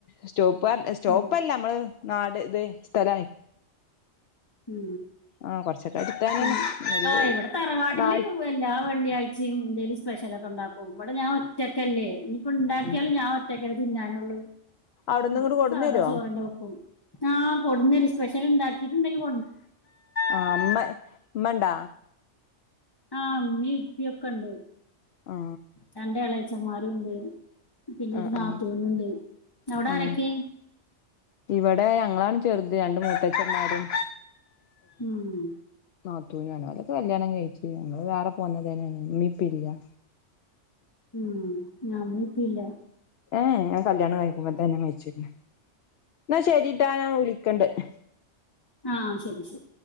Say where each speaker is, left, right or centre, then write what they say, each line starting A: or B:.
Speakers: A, on the left; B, on the left.
A: സ്റ്റോപ്പല്ല
B: ഉം
A: മ്മള് നാട് തെ സ്ഥലായി
B: മ്
A: ആ കൊറച്ചൊക്കെ അടുത്തന്നെയാണ്
B: പിന്നെ
A: ഒരു
B: ആഹ് ഇവടെ തറവാട്ടില്
A: നാല്
B: എല്ലാ വെള്ളിയാഴ്ചയും സ്പെഷ്യലൊക്ക ഉൺണ്ടാക്കും ഇവിടെ ഞാൻ ഒറ്റക്കല്ലേ ഉണ്ടാക്ക്യാലും
A: ഉം
B: ഞാൻ ഒറ്റക്കല്ലേ തിന്നാനുള്ളത്
A: അവിടുന്ന് ഇങ്ങട്
B: അപ്പ
A: കൊടന്നരോ
B: സാദാചോറെന്നെ വെക്കോള്ളു ആഹ് കൊട്ന്ന് തരും സ്പെഷ്യല്ണ്ടാക്കീറ്റ്ച്ച് <unintelligible>
A: ആഹ് ഇമ്മ ഇമ്മണ്ടാ
B: ആഹ മീപ്പിയൊക്കെ ഉണ്ട്
A: ആ
B: രണ്ട് ആളെ അച്ഛന്മ്മാരും ഉണ്ട് പിന്നെരു
A: ആ
B: നാത്തൂനുംുണ്ട്
A: ആ
B: എവിട
A: ആ
B: ആരൊക്കെ
A: ഇവിടെ ഞങ്ങളാണ് ചെറുത് രണ്ട് മൂത്തച്ഛന്മാരും
B: ഉം
A: നത്തൂനണ അല്ലക്കെ കല്യാണം കഴിിച്ചു ഞങ്ങള് വേറെ പോന്നത്േന്നെയാണ്മ്മീപ്പ ഇല്ല
B: ഉം ഞമ്മപ്പല്ല
A: ഏ ഞാൻ കല്യാണം കഴിക്കുമ്പോത്തന്നെ മച്ചിന്ന് എന്നാ ശരിട്ടാ ഞാൻ വിളിക്കണ്ടണ്ട്
B: ആഹ ശരി ശരി